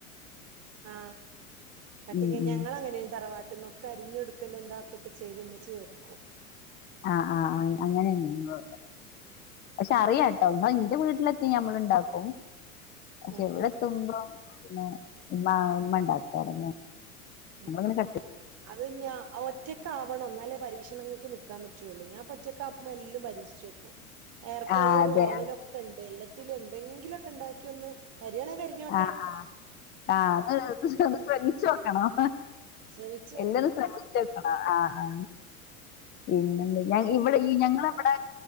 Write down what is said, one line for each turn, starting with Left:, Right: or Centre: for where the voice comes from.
Right: ആ കെട്ടി
Left: ഉം
Right: കഴിഞ്ഞാൽ
Left: ഉം
Right: ഞങ്ങൾ അങ്ങനെനും തറവാട്ടിന്ന്. ക്കെ അരിഞ്ഞൊടുക്കലും താക്കും ഒക്കെ ചെയ്ത് ഇമ്മച്ചി വെക്കും
Left: ആഹ് ആഹ് ആഹ് അങ്ങനെയന്ന പക്ഷെ അറിയാം ട്ടോ എന്നാ എന്റെ വീട്ടില് നമ്മൾ ഉണ്ടാക്കും പക്ഷെ
Right: ഉം
Left: ഇവിടെ
Right: ഉം
Left: എത്തുമ്പം
Right: ഉം
Left: പിന്നെ ഇമ്മ ഉമ്മ ഉണ്ടാക്കാറ് ഞങ്ങള
Right: ഉം
Left: പിന്നെ
Right: ഉം
Left: കെട്ടി
Right: അത് ഞാ ഒറ്റക്ക ആവണം എന്നാലേ പരീക്ഷണ ങ്ങൾക്ക് നിൽക്കാൻ പറ്റുവുള്ളൂ ഞാൻ ഒറ്റകാവുബം എല്ലും പരീക്ഷിച്ച് നോക്കും എയർ ഫ്രയറും
Left: ആ അതെ
Right: ഓവനും ഒക്കെ ഉണ്ട് എല്ല ത്തിലും എന്തെങ്കിലും ഒക്കെ ഉണ്ടാക്കിയ ഒന്ന് കരിയാണെങ്കി കരിഞ്ഞോട്ടെ
Left: ആഹ് ആഹ് ആഹ് ഒന്ന് ശ്രമിച്ച് നോക്കണം
Right: ശ്രമിച്ചു നോക്കണം
Left: എല്ലതും ശ്രമിച്ച് നോക്കണം ആഹ് ആഹ് പിന്നെന്ത ഞ
Right: എല്ലാം
Left: ഇവിടെ
Right: നോ
Left: ഈ ഞങ്ങളെ ഇവിടെ